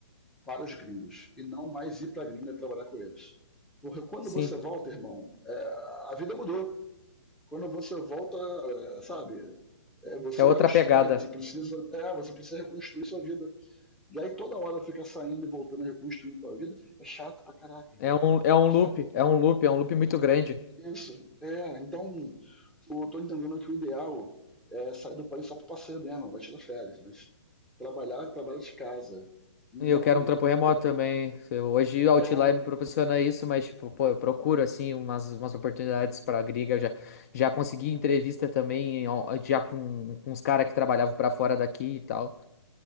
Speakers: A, in the centre; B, on the left (about 35°).
A: para os gringos e não mais ir para a gringa trabalhar com eles. Porque quando
B: Sim,
A: você volta, irmão, é, a vida mudou. Quando você volta, é, sabe, é, você
B: é outra
A: é que é o estranho,
B: pegada.
A: você precisa, é, você precisa reconstruir sua vida. E aí toda hora fica saindo e voltando reconstruindo sua vida, é chato pra caraca, irmão.
B: É um, é um
A: É chato.
B: loop, é um loop, é um loop muito grande.
A: Isso. É, então, eu tô entendendo que o ideal é sair do país só para passeio mesmo, vai tirar férias, mas trabalhar, trabalho de casa. Então,
B: E eu quero um trampo remoto
A: tô-
B: também. Eu- Hoje o Outlier
A: é,
B: me proporciona isso, mas tipo, pô, eu procuro assim umas, umas oportunidades pra gringa. Eu já, já consegui entrevista também, ó, já com, com os caras que trabalhavam pra fora daqui e tal.